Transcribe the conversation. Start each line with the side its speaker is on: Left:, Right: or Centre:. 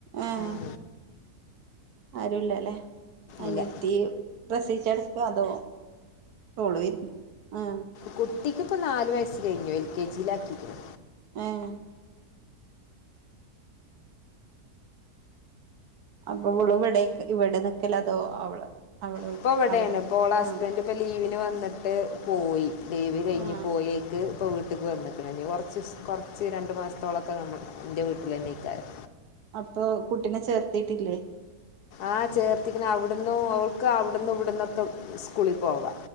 Right: ആഹ്
Left: ഉം
Right: ആരുല്ലല്ലേ അനിയത്തി
Left: ഇല്ല
Right: പ്രസവിച്ച് കിടക്ക അതോ ഓള് ആ
Left: കുട്ടിക്ക് ഇപ്പം നാല് വയസ്സ് കഴിഞ്ഞു എൽ കെ ജിൽ ആക്കിക്ക്ണ്‌
Right: ആഹ അപ്പൊ ഇവള് ഇവിടെ ഇവിടെ നിക്കല് അതോ അവള് അവള്
Left: ഇപ്പോ എവിടെയാണ്
Right: അവിടെ
Left: ഇപ്പോ ഹസ്ബൻറ്
Right: ആഹ്
Left: ഇപ്പോ ലീവിന് വന്നിട്ട് പോയി ലീവ് കഴിഞ്ഞ്
Right: ആഹ്
Left: പോയി ക്ക് ഇപ്പോ വീട്ട്ക്ക് വന്നക്ക്ണ് ഇനി കുറച്ച് കുറച്ച് രണ്ട് മാസത്തോളൊക്കെ നമ്മൾ എൻ്റെ വീട്ടിൽ തന്നെ ആയിക്കാരം
Right: അപ്പോ കുട്ടിനെ ചേർത്തിട്ടില്ലേ
Left: ആ ചേർത്തിക്ക്ണ്‌ അവിടുന്നു ഓൾക് അവിടുന്നുവിടുന്നൊക്കെ സ്കൂളിൽ പോവാ